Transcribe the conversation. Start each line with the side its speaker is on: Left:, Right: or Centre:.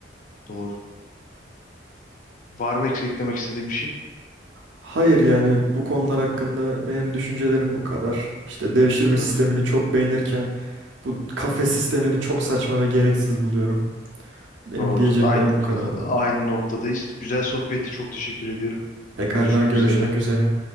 Left: Doğru. Var mı eks- eklemek istediğim bir şey?
Right: Hayır yani bu konular hakkında benim düşüncelerim bu kadar. İşte devşirme
Left: Doğru.
Right: sistemini çok beğenirken bu kafe sistemini çok saçma ve gereksiz buluyorum. Benim
Left: Doğru.
Right: diyeceklerim
Left: Aynı
Right: bu kadardı.
Left: aynı noktadayız. Güzel sohbetti. Çok teşekkür ediyorum.
Right: Pekala
Left: Görüşmek
Right: görüşmek
Left: üzere.
Right: üzere.